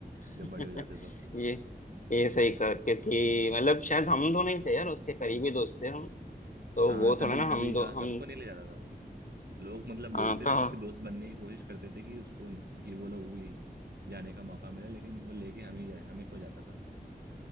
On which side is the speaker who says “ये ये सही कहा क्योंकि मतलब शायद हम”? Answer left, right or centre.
Left